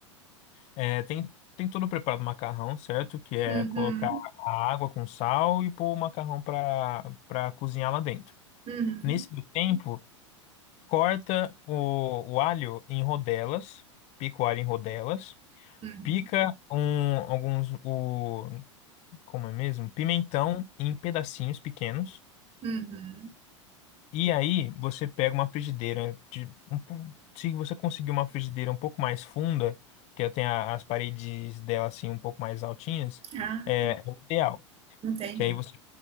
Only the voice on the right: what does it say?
uhum,
uhum,
uhum,
uhum.
Ah,
entendi.